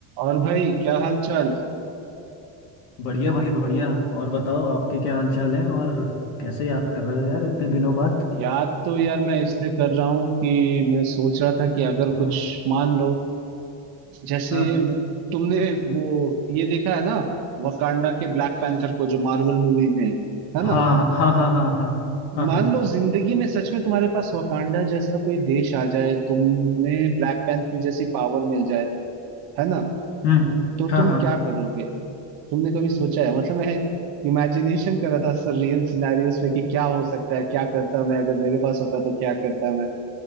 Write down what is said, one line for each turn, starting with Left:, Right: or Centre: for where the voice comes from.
Right: और भाई क्या हाल चाल
Left: बढ़िया भाई बढ़िया और बताओ आपके क्या हाल चाल है और कैसे याद कर रहे हो यार इतने दिनों बाद
Right: याद तो यार मैं इसलिए कर रहा हूँ कि मैं सोच रहा था कि अगर
Left: हाँ
Right: कुछ मान लो जैसे
Left: हाँ
Right: तुमने वो ये देखा है ना वकांडा के ब्लैक पैंथर को जो मार्वल मूवी में है है
Left: हाँ
Right: ना
Left: हाँ हाँ हाँ हाँ हाँ
Right: मान
Left: हाँ
Right: लो जिंदगी में सच में तुम्हारे पास वकांडा जैसा कोई देश आ जाए तुम्हें ब्लैक पैंथर जैसी पावर मिल जाए है ना
Left: हम्म
Right: तो
Left: हाँ
Right: तुम
Left: हाँ
Right: क्या करोगे तुमने कभी सोचा है मतलब मैं इमेजिनेशन कर रहा था सर रियल सिनेरियोस पे कि क्या हो सकता है क्या करता मैं अगर मेरे पास होता तो क्या करता मैं